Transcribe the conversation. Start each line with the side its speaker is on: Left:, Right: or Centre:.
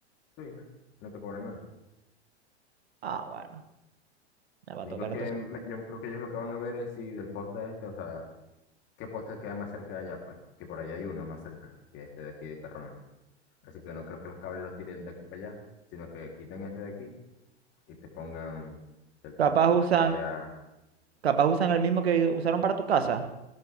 Left: Sí, no te cobran nada.
Right: Ah, bueno, me va
Left: Lo
Right: a
Left: único
Right: tocar
Left: es que
Right: entonces.
Left: me- yo creo que ellos lo que van a ver es si del poste este, o sea, qué poste queda más cerca de allá, pues, que por allá hay uno más cerca que este de aquí de Carrón. Así que no creo que los cables los tiren de aquí para allá, sino que quiten este de aquí y te pongan del poste
Right: Capaz
Left: que
Right: usan,
Left: está por allá.
Right: capaz usan el mismo que usaron para tu casa.